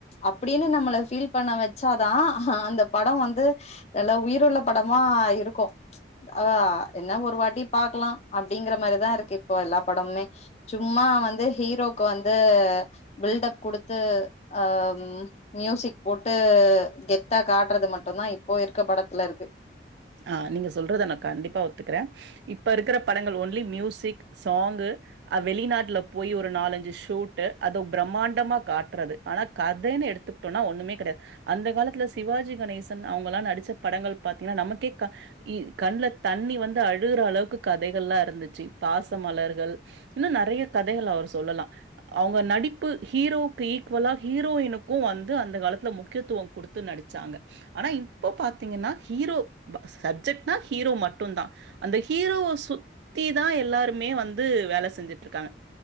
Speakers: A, on the left; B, on the right.
A: அப்பிடின்னு நம்மள ஃபீல் பண்ண வச்சாதா அந்த படோ வந்து நல்லா உயிருள்ள படமா இருக்கு ஆ என்ன ஒரு வாட்டி பாக்கலா அப்டிங்கிற மாரிதா இருக்கு இப்ப எல்லா படமுமே வந்து சும்மா வந்து ஹீரோக்கு வந்து பில்டப் குடுத்து ஆ ம் மியூசிக் போட்டு கெத்தா காட்டுறது மட்டுந்தா இப்போ இருக்க படத்துல இருக்கு
B: ஆ நீங்க சொல்றத நா கண்டிப்பா ஒத்துக்குறே இப்ப இருக்குற படங்கள் ஒன்லி மியூசிக் சாங்கு ஆ வெளிநாட்ல போய் ஒரு நாலஞ்சு ஷூட்டு அது பிரமாண்டமா காட்டுறது ஆனா கதன்னு எடுத்து டோ ஒண்ணுமே கெடையாது அந்தக காலத்துல சிவாஜி கணேசன் அவுங்கள்லா நடிச்ச படங்கள் பாத்தீங்கன்னா நமக்கே க இ கண்ல தண்ணி வந்து அழுகுற அளவுக்கு கதைகள்லா இருந்துச்சு பாசமலர்கள் இன்னு நெறைய கதைகள் அவர் சொல்லலா அவுங்க நடிப்பு ஹீரோவுக்கு ஈக்குவலா ஹீரோயினுக்கு வந்து அந்த காலத்துல முக்கியத்துவோ குடுத்து நடிச்சாங்க ஆனா இப்போ பாத்தீங்கன்னா ஹீரோ பா சப்ஜெக்ட்னா ஹீரோ மட்டுதா அந்த ஹீரோ சு தீதா எல்லாருமே வந்து வேல செஞ்சிட்டு இருக்காங்க